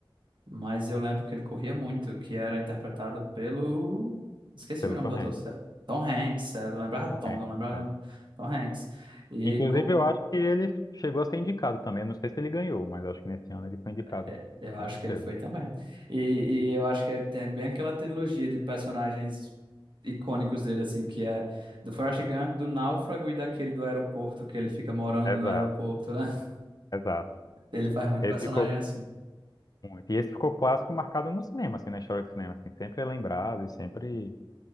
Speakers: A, on the right; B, on the left.
A: mas eu lembro que ele corria muito, que era interpretado pelo... Esqueci
B: Pelo
A: o nome
B: Tom
A: do ator,
B: Hanks.
A: certo? Tom Hanks. é, Eu lembrava
B: Tom
A: Tom,
B: Hanks.
A: não lembrava
B: é.
A: Tom Hanks. E
B: Inclusive,
A: com-
B: eu acho que ele chegou a ser indicado também. Eu não sei se ele ganhou, mas eu acho que nesse ano ele foi indicado,
A: É, é, Eu
B: com
A: acho
B: certeza.
A: que ele foi também. E, e eu acho que é, tem é bem aquela trilogia de personagens icônicos dele, assim, que é do Forrest Gump, do Náufrago e daquele do aeroporto, que ele fica morando
B: Exato,
A: no aeroporto, né? <laughs>
B: exato.
A: Ele faz muito
B: Esse
A: personagem
B: ficou
A: assim.
B: muito. E esse ficou clássico marcado no cinema, assim, na história do cinema. Assim, sempre é lembrado e sempre